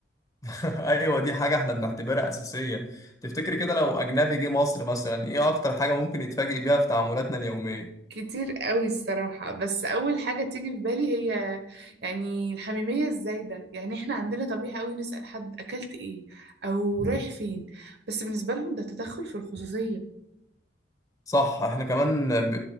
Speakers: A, on the left; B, on the right.
A: <laughs> ايوه دي حاجه احنا بنعتبرها اساسيه تفتكر كده لو اجنبي جه مصر مثلا ايه اكتر حاجه ممكن يتفاجئ بيها في تعاملاتنا اليوميه
B: كتير قوي الصراحة بس أول حاجة تيجي في بالي هي يعني الحميمية الزايدة يعني إحنا عندنا طبيعة قوي نسأل حد أكلت إيه أو رايح فين بس بالنسبة لهم ده تدخل في الخصوصية
A: صح احنا كمان ب...